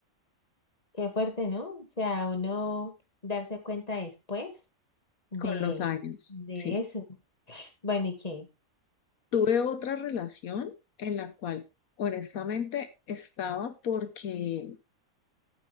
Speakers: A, on the left; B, on the left.
A: Qué fuerte, ¿no? O sea, uno darse cuenta después de,
B: con los años,
A: de
B: sí.
A: eso. Bueno, ¿y qué?
B: Tuve otra relación en la cual honestamente estaba porque